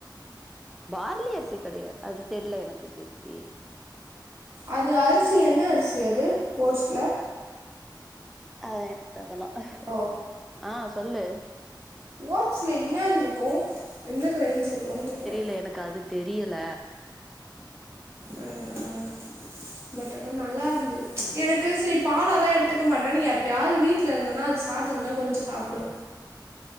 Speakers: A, in the centre; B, on the right (about 35°).
A: பார்லி அரிசி கெடையாது அது தெர்ல எனக்கு கீர்த்தி
B: அது அரிசி என்ன அரிசி அது ஓட்ஸ் ல
A: <unintelligible>
B: ஓ
A: ஆ சொல்லு
B: ஓட்ஸல என்னது இருக்கும் என்ன கிரைண்ட்ஸ் இருக்கும்னு கேக்குறே
A: இல்ல எனக்கு அது தெரியல
B: அ ஆ பட் ஆனா நல்லா இருந்தது
A: ம்
B: எனக்கு செரி பாலாதா எடுத்துக்க மாட்டேனு எப்பயாவது வீட்ல இருந்தனா அத சாப்பட்டுதுன்ன கொஞ்சோம் சாப்டுவே